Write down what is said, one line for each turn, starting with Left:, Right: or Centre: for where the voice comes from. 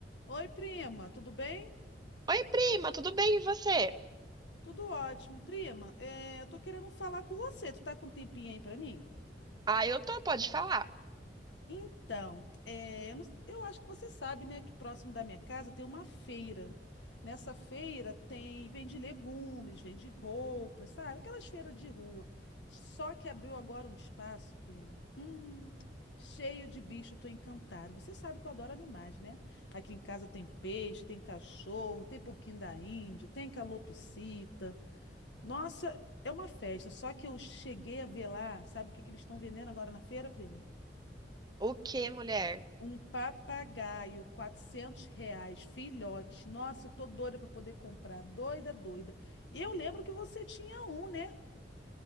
Left: Oi, prima, tudo bem?
Right: Oi, prima, tudo bem e você?
Left: Tudo ótimo. Prima, é, eu tô querendo falar com você. Tu tá com um tempinho aí pra mim?
Right: Ah, eu tô, pode falar.
Left: Então, é, eu, não- eu acho que você sabe, né, que próximo da minha casa tem uma feira. Nessa feira tem, vende legumes, vende roupas, sabe? Aquelas feiras de rua. Só que abriu agora um espaço, prima. Hum, cheio de bicho, eu tô encantada. Você sabe que eu adoro animais, né? Aqui em casa tem peixe, tem cachorro, tem porquinho da Índia, tem calopsita. Nossa, é uma festa, só que eu cheguei a ver lá, sabe o que que eles estão vendendo agora na feira, prima?
Right: O que, mulher?
Left: Um papagaio, 400 reais, filhote. Nossa, eu tô doida pra poder comprar, doida, doida. E eu lembro que você tinha um, né?